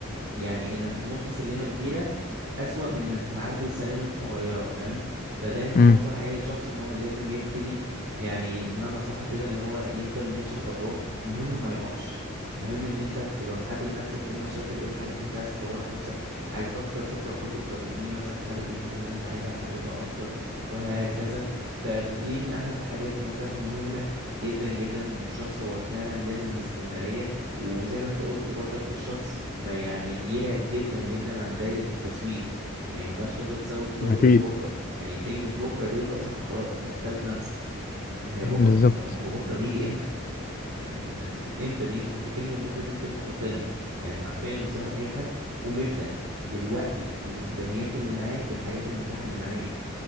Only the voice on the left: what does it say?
مم.
أكيد
بالظبط